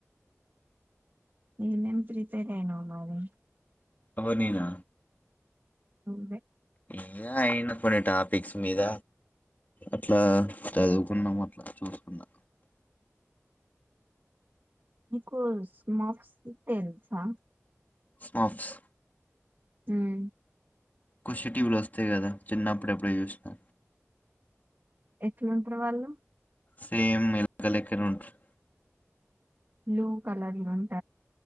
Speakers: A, on the right; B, on the left.
A: ఏమేం ప్రీపేర్ అయినావు అరే
B: ఎవరు నేనా
A: నువ్వే
B: ఇంకా అయిన కొన్ని టాపిక్స్ మీద అట్లా చదువుకున్నాం అట్లా చూసుకున్నా
A: నీకు స్మఫ్స్ ది తెలుసా
B: స్మఫ్స్
A: ఉమ్
B: ఖుషీ టీవీలు వస్తాయి కదా చిన్నపు డు చూసినా
A: ఎట్లుంటరు వాళ్ళు
B: సేమ్ ఎలక లెక్కనే ఉంటారు
A: బ్లూ కలర్ ల